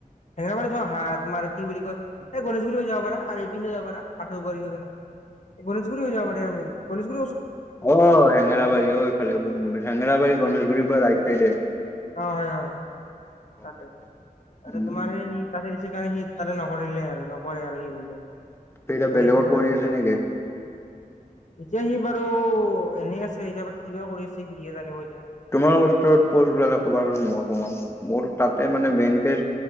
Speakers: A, on the left; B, on the left.
A: হেঙেৰাবাৰীত তোমাৰ হা তোমাৰ কি বুলি কয় এই গণেশগুৰি হৈ যাব পাৰা আৰু এইপিনেদি যাব পাৰা পাঠৰগৈ হৈ কিনে। গণেশগুৰি হৈ যাব পাৰাৰে ম গণেশগু
B: অ হেঙেৰাবাৰী অ এইফালে হেঙেবাৰী গণেশগুৰিৰ পৰা ৰাই- হে দে
A: হয় হয় তাতে
B: পাইছোঁ দিয়া।
A: ত
B: উম
A: তোমাৰ
B: উম
A: সি তাতে দি- সেইকাৰণে সি তাতে নকৰিলে আৰু নকৰে আৰু সি বোলে।
B: সি এতিয়া
A: ত
B: বেলেগত
A: সেইটো কাৰণে
B: কৰি আছে নেকি?
A: এতিয়া সি বাৰু এনে আছে এতিয়া বা কিবা কৰি আছে সিয়ে জানিব। এতিয়া
B: তোমালোকৰ ওচৰত পোষ্ট উলালে কবাচোন মই সোমাম মোৰ তাতে মানে মেইনকে